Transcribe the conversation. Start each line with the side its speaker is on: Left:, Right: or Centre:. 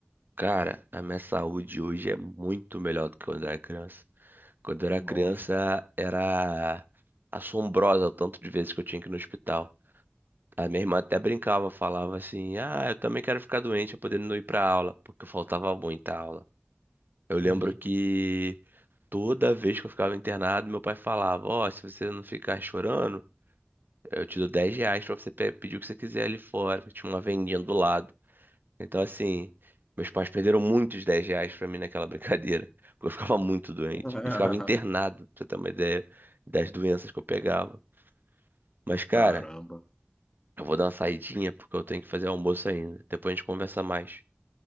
Right: Cara, a minha saúde hoje é muito melhor do que quando eu era criança. Quando eu era
Left: Bom,
Right: criança,
Left: hein?
Right: era assombrosa o tanto de vezes que eu tinha que ir no hospital. A minha irmã até brincava, falava assim: Ah, eu também quero ficar doente, eu podendo não ir pra aula, porque eu faltava muita aula. Eu lembro
Left: Uhum.
Right: que toda vez que eu ficava internado, meu pai falava: Ó, se você não ficar chorando, eu te dou 10 reais pra você pe- pedir o que você quiser ali fora, porque tinha uma vendinha do lado. Então, assim, meus pais perderam muitos 10 reais pra mim naquela <laughs> brincadeira. Porque eu ficava muito doente.
Left: <laughs>
Right: E ficava internado, pra você ter uma ideia das doenças que eu pegava. Mas, cara,
Left: Caramba.
Right: eu vou dar uma saidinha porque eu tenho que fazer almoço ainda. Depois a gente conversa mais.